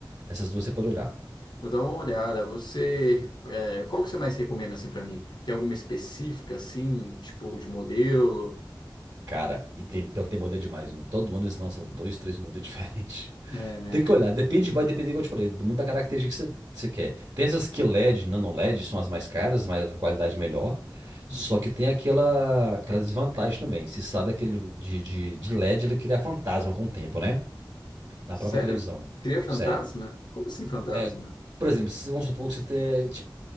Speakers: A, on the right; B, on the left.
A: Essas duas você pode olhar.
B: Vou dar uma olhada. Você, é, qual que você mais recomenda assim para mim? Tem alguma específica assim, tipo de modelo?
A: Cara, e tem, pior que tem modelo demais, viu? Todo ano eles lançam dois, três modelos <laughs> diferentes.
B: É, né?
A: Tem que olhar, depende, vai depender, igual eu te falei, muito da característica que você, você quer. Tem essas que LED, nano LED, são as mais caras, mas a qualidade melhor.
B: Hum.
A: Só que tem aquela, aquela desvantagem também. Você sabe aquele de, de, de LED, ele cria fantasma com o tempo, né? Na
B: Sério?
A: própria televisão.
B: Cria fantasma?
A: Sério.
B: Como assim fantasma?
A: É, por exemplo, se- vamos supor que você tem, tipo,